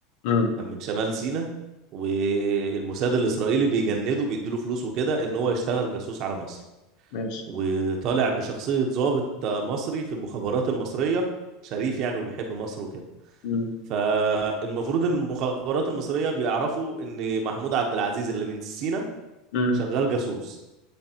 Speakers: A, on the left; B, on the right.
A: امم
B: من شمال سينا والموساد الإسرائيلي بيجنده بيديله فلوس وكده ان هو يشتغل جاسوس على مصر
A: ماشي
B: وطالع بشخصية ضابط آه، مصري في المخابرات المصرية شريف يعني وبيحب مصر وكده
A: امم
B: فالمفروض ان المخابرات المصريه بيعرفوا ان محمود عبد العزيز اللي من سينا
A: امم
B: شغال جاسوس